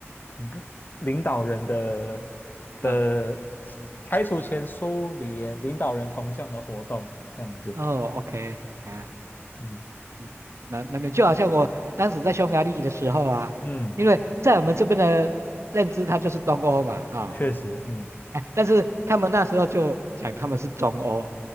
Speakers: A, on the left; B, on the right.
A: 领领导人的的
B: 啊
A: 拆除前苏联领导人铜像的活动这样子，
B: 哦，OK，啊，
A: 嗯
B: 嗯那那边就好像我当时在匈牙利的时候啊，
A: 嗯，
B: 因为在我们这边的认知，它就是东欧嘛啊，
A: 确实，嗯
B: 哎，但是他们那时候就讲他们是中欧。